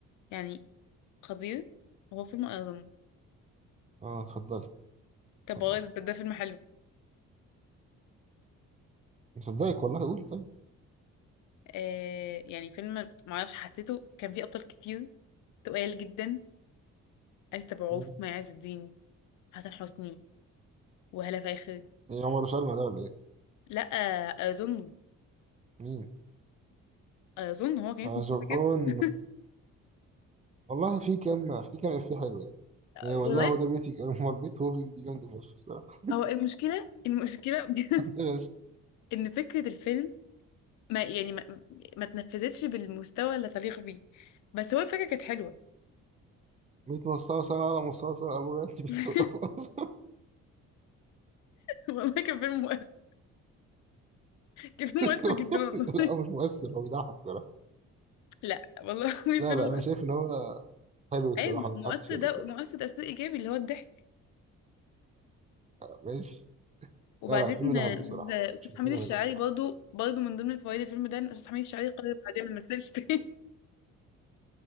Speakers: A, on the left; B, on the right.
A: يعني خطير وهو فيلم اعظم
B: اه اتفضلي
A: طب
B: اتفضلي
A: والله ده, ده فيلم حلو
B: مصدقك والله قولي طيب
A: آه يعني فيلم معرفش حسيته كان فيه ابطال كتير تقال جدا آية أبو
B: مين؟
A: مي عز الدين حسن حسني وهالة فاخر
B: ايه عمر وسلمى ده ولا ايه
A: لا اظن
B: مين
A: اظن هو كان اسمه
B: اظن
A: فيلم كده <laughs>
B: والله في كام في كام افيه حلو يعني يعني
A: والله
B: والله هو ده بيتك امال بيت هو دي جامده فشخ الصراحه
A: هو المشكله المشكله بجد
B: ماشي.
A: <laughs> ان فكره الفيلم ما يعني ما, ما تنفذتش بالمستوى اللي تليق بيه بس هو الفكره كانت حلوه
B: ميت مصاصة على مصاصة أبو غالي بنت
A: <laughs>
B: قصاصة
A: والله كان فيلم مؤثر كان فيلم
B: <laughs>
A: مؤثر جدا والله
B: لا هو مش مؤثر هو بيضحك الصراحة
A: <laughs> لا والله العظيم
B: لا
A: فيلم
B: لا
A: مؤثر
B: أنا شايف إن هو حلو الصراحة
A: اي مؤثر
B: ما يتحطش هنا
A: ده
B: الصراحة
A: مؤثر تاثير ايجابي اللي هو الضحك
B: ماشي
A: وبعدين
B: لا لا الفيلم ده
A: آه،
B: حلو الصراحة
A: أستاذ أستاذ
B: مش مكانه
A: حميد الشاعري
B: هنا الصراحة
A: برضو برضو من ضمن فوائد الفيلم ده إن أستاذ حميد الشاعري قرر بعدين ما مثلش تاني